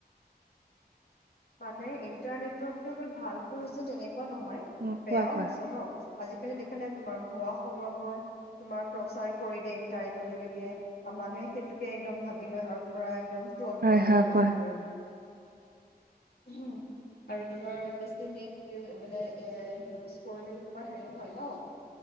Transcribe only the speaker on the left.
মানে ইণ্টাৰনেটত যে অকল ভালটো হৈছে তেনেকুৱা নহয়,
বেয়াও
হৈছে ন'? আজিকালি দেখা নাই তোমাৰ ভুৱা খবৰবোৰ তোমাৰ প্ৰচাৰ কৰি দিয়ে ইণ্টাৰনেটৰ যোগেদিয়ে আৰু মানুহে সেইটোকে একদম ভাবি লয় অ পুৰা একদম ট্ৰল
কৰি
থাকে মানুহবোৰে
উম আৰু তোমাৰ বেছি নেট মানে এ উচ কৰিলে তোমাৰ হেৰি হয় ন